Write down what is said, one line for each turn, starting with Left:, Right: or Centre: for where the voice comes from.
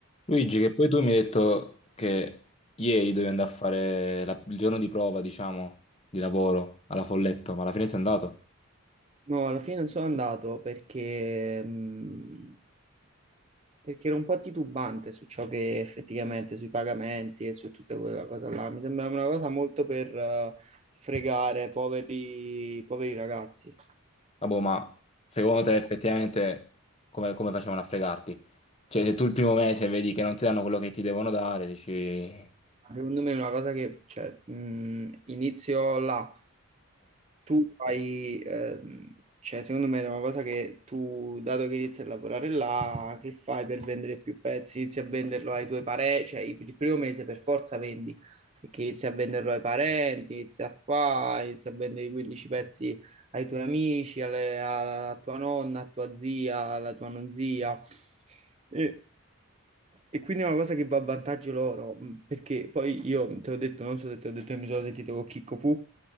Left: Luigi, che poi tu mi hai detto che ieri dovevi andare a fare la- il giorno di prova, diciamo, di lavoro alla Folletto, ma alla fine sei andato?
Right: No, alla fine non sono andato perché, mh, perché ero un po' titubante su ciò che effettivamente, sui pagamenti e su tutta quella cosa là. Mi sembrava una cosa molto per eh, fregare poveri, poveri ragazzi.
Left: Vabbè, ma secondo te effettivamente come, come facevano a fregarti? Cioè, se tu il primo mese vedi che non ti danno quello che ti devono dare, dici... Eh,
Right: Secondo me è una cosa che cioè, mh, inizio là. tu hai, ehm, cioè secondo me è una cosa che tu, dato che inizi a lavorare là, che fai per vendere più pezzi? Inizi a venderlo ai tuoi parenti, cioè i- il primo mese per forza vendi, perché inizi a venderlo ai parenti, inizi a fare, inizi a vendere i 15 pezzi ai tuoi amici, alle- alla tua nonna, a tua zia, alla tua non zia. E, e quindi è una cosa che va a vantaggio loro, mh, perché poi io te l'ho detto, non so se te l'ho detto, io mi sono sentito con Chicco Fu.